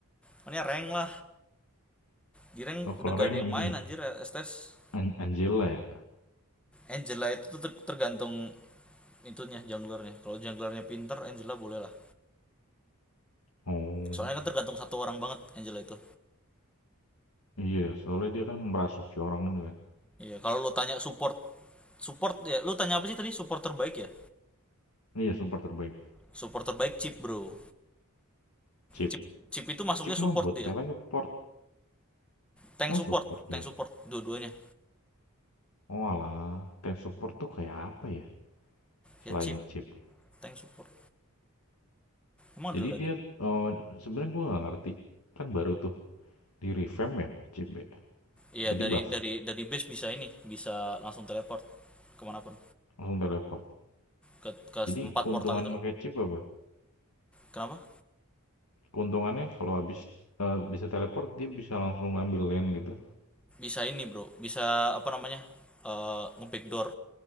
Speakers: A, in the centre; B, on the left.
A: Makanya rank lah
B: <laughs>
A: di rank
B: Oh
A: udah
B: kalau
A: gak
B: rank
A: ada yang
B: ini,
A: main anjir Estes
B: An Angela ya?
A: Angela itu tuh ter- tergantung itunya junglernya kalau junglernya pinter Angela boleh lah
B: Oh,
A: soalnya kan tergantung satu orang banget Angela itu
B: iya soalnya dia kan merasuki orang itu kan.
A: Iya, kalau lu tanya support support ya, lu tanya apa sih tadi? Support terbaik ya?
B: Iya, support terbaik.
A: Support terbaik chip, Bro.
B: Chip.
A: Chip chip itu masuknya
B: Chip mah
A: support
B: buat
A: dia.
B: teleport.
A: Tank support,
B: Oh, support dia.
A: tank support dua-duanya.
B: Oh alah, kayak support tuh kayak apa ya? Selain
A: Ya chip,
B: chip.
A: tank support. Emang ada
B: Jadi
A: lagi?
B: dia, oh, sebenarnya gue nggak ngerti. Kan baru tuh di revamp ya, chip ya.
A: Iya,
B: Apa di
A: dari
B: buff?
A: dari dari base bisa ini, bisa langsung teleport kemanapun
B: Langsung teleport.
A: ke ke
B: Jadi
A: empat
B: keuntungan
A: portal itu kan.
B: pakai chip apa?
A: Kenapa?
B: Keuntungannya kalau habis eh, bisa teleport, dia bisa langsung ambil lane gitu.
A: Bisa ini, Bro. Bisa apa namanya? Eh nge-backdoor.